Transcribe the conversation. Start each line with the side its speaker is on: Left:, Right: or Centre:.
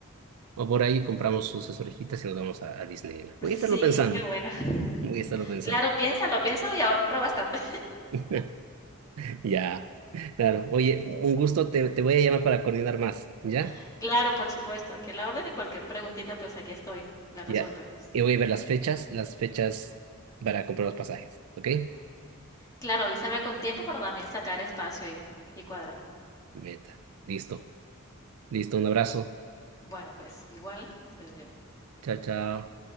Right: O por ahí compramos sus orejitas y nos vamos a, a Disneyland. Voy
Left: Sí,
Right: a estarlo pensando.
Left: qué bueno. <laughs>
Right: Voy a estarlo pensando.
Left: Claro, piénsalo, piénsalo y ahorra bastante.
Right: <laughs> Ya, claro. Oye, un gusto, te, te voy a llamar para coordinar más, ¿ya?
Left: <laughs> Claro, por supuesto. Aquí a la orden y cualquier preguntita, pues aquí estoy. La resolvemos.
Right: Ya. Y voy a ver las fechas, las fechas para comprar los pasajes, ¿ok?
Left: Claro, avísame con tiempo para también sacar espacio y, y cuadrar.
Right: Meta. Listo. Listo, un abrazo.
Left: Bueno, pues igual, que estés bien.
Right: Chao, chao.